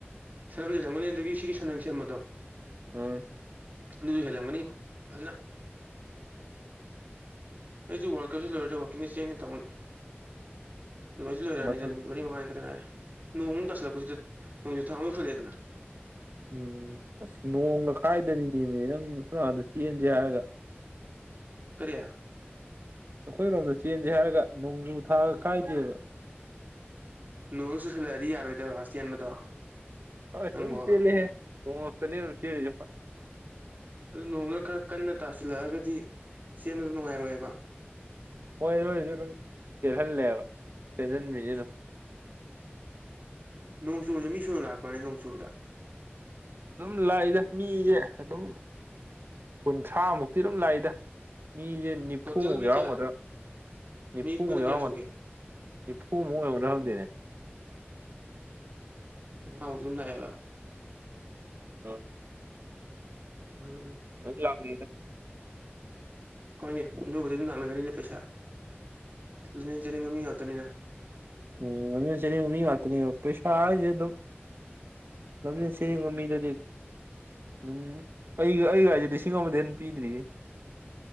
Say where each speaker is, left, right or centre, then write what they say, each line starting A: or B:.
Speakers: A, on the right (about 40°); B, on the right (about 60°).
A: ꯁꯔꯝꯅ ꯍꯦꯟꯂꯝꯒꯅꯤ ꯑꯗꯒꯤ ꯁꯤꯒꯤ ꯁꯟꯅꯪ ꯁꯦꯝꯕꯗꯣ
B: ꯑꯥ
A: ꯑꯗꯨꯁꯨ ꯍꯦꯜꯂꯝꯒꯅꯤꯕꯣ ꯐꯖꯅ ꯑꯩꯁꯨ ꯋꯥꯔꯜ ꯀꯞꯁꯤ ꯂꯣꯏꯔ ꯋꯥꯛꯀꯤꯡꯁꯦ ꯆꯦꯟꯒꯦ ꯇꯧꯅꯦ ꯂꯣꯏꯗꯤ ꯂꯣꯏꯔꯛꯑꯅꯤꯅ
B: ꯃꯊꯛ
A: ꯅꯨꯃꯤꯠ ꯃꯔꯤ ꯃꯉꯥꯅꯤ ꯈꯤꯇꯪ ꯉꯥꯏꯔꯦ ꯅꯣꯡꯃꯨꯛ ꯀꯥꯁꯤꯜꯂꯛꯄꯁꯤꯗ ꯅꯣꯡꯁꯨꯨ ꯊꯥ ꯑꯃꯨꯛ ꯌꯧꯁꯟꯂꯛꯑꯦꯗꯅ
B: ꯎꯝ ꯑꯁ ꯅꯣꯡꯒ ꯈꯥꯏꯗꯕꯤꯅꯤ ꯅꯦꯃꯤ ꯅꯪ ꯁꯣꯝ ꯅꯥꯀꯠꯗ ꯆꯦꯟꯁꯦ ꯍꯥꯏꯔꯒ <inaudible>
A: ꯀꯔꯤ
B: ꯑꯩꯈꯣꯏꯔꯣꯝꯗ ꯆꯦꯟꯁꯦ ꯍꯥꯏꯔꯒ ꯅꯣꯡꯖꯨ ꯊꯥꯒ ꯈꯥꯏꯗꯦꯕ
A: ꯅꯣꯡꯁꯦ ꯆꯨꯁꯜꯂꯛꯑꯗꯤ ꯌꯥꯔꯣꯏꯗ ꯑ ꯆꯦꯟꯕꯗꯣ
B: <unintelligible>
A: ꯅꯪꯕꯣ
B: ꯅꯣꯡꯛꯇꯅꯦ ꯑꯗꯨꯝ ꯆꯦꯟꯂꯤꯁꯦ ꯑꯩꯈꯣꯏ
A: ꯑꯗꯨ ꯅꯣꯡꯗꯨꯅ ꯈꯔ ꯀꯟꯅ ꯇꯥꯁꯤꯜꯂꯛꯑꯒꯗꯤ ꯆꯦꯟꯕꯗꯣ ꯅꯨꯡꯉꯥꯏꯔꯣꯏꯑꯕ
B: ꯍꯣꯏ ꯑꯗꯨꯣꯏꯁꯨ ꯑꯗꯨꯝ ꯆꯦꯜꯍꯜꯂꯦꯕ ꯆꯦꯟꯁꯤꯟꯕꯤꯅꯤ ꯑꯗꯨꯝ
A: ꯅꯣꯡꯆꯨꯔꯁꯦ ꯃꯤ ꯁꯨꯅ ꯂꯥꯛꯄ꯭ꯔꯅꯦ ꯅꯣꯡ ꯆꯨꯕꯗ
B: ꯑꯗꯨꯝ ꯂꯥꯛꯏꯗ ꯃꯤꯁꯦ ꯑꯗꯨꯝ ꯀꯨꯟꯊ꯭ꯔꯥ ꯃꯨꯛꯇꯤ ꯑꯗꯨꯝ ꯂꯥꯛꯏꯗ ꯃꯤꯁꯦ ꯅꯤꯐꯨꯃꯨꯛ
A: ꯇꯣꯇꯦꯜ ꯃꯤ
B: ꯌꯥꯎꯔꯝꯒꯗ꯭ꯔꯥ
A: ꯀꯌꯥꯅꯣ
B: ꯅꯤꯐꯨꯃꯨꯛ
A: ꯃꯤ ꯄꯨꯟꯅ
B: ꯌꯥꯎꯔꯝꯒꯗ
A: ꯀꯌꯥ ꯁꯨꯒꯦ
B: ꯅꯤꯐꯨꯃꯨꯛ
A: ꯎꯝ
B: ꯑꯣꯏꯔꯝꯒꯗ꯭ꯔ ꯈꯪꯗꯦꯅꯦ
A: ꯉꯥꯎꯖꯨꯝ ꯂꯥꯛꯑꯦꯕ
B: ꯑꯪ
A: ꯎꯝ
B: <unintelligible>
A: ꯍꯣꯏꯅꯦ ꯑꯗꯨꯕꯨꯗꯤ ꯑꯗꯨꯝ ꯂꯥꯛꯅꯒꯅꯤꯅꯦ ꯄꯩꯁꯥ ꯂꯝꯖꯦꯟꯆꯦꯟꯅꯤꯡꯕ ꯃꯤ ꯉꯥꯛꯇꯅꯤꯅ
B: ꯎꯝ ꯂꯝꯖꯦꯟ ꯆꯦꯟꯅꯤꯡꯕ ꯃꯤ ꯉꯥꯛꯇꯅꯤꯕ ꯄꯩꯁꯥ ꯍꯥꯏꯁꯦ ꯑꯗꯨꯝ ꯂꯝꯖꯦꯟ ꯆꯦꯟꯅꯤꯡꯕ ꯃꯤꯗꯗꯤ ꯑꯗꯨꯝ ꯑꯩꯒ ꯑꯩꯒꯥꯏꯁꯦ ꯂꯤꯁꯤꯡ ꯑꯃꯗ ꯍꯦꯟ ꯄꯤꯗ꯭ꯔꯤꯌꯦ